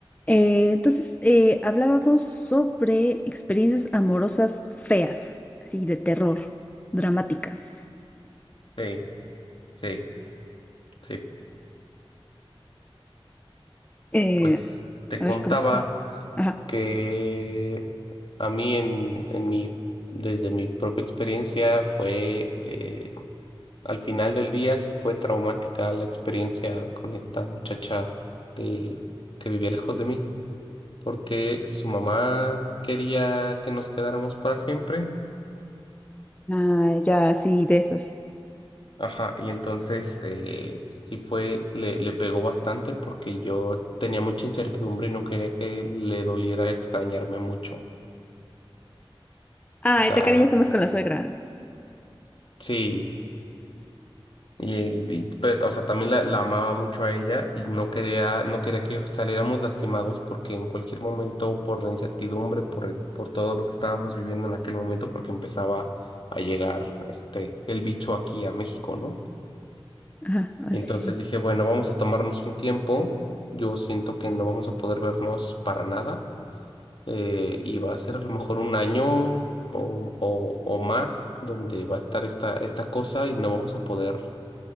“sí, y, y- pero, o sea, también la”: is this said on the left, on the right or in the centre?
Left